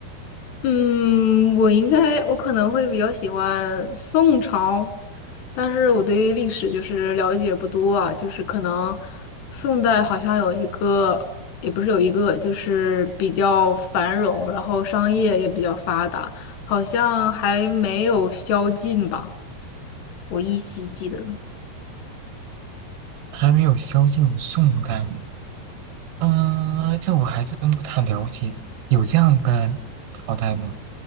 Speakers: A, on the left; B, on the right.
A: 嗯，我应该，我可能会比较喜欢宋朝，但是我对于历史就是了解不多啊，就是可能宋代好像有一个，也不是有一个，就是比较繁荣，然后商业也比较发达，好像还没有宵禁吧，我依稀记得。
B: 还没有萧晋宋代，嗯，这我还真不太了解。有这样一个朝代吗？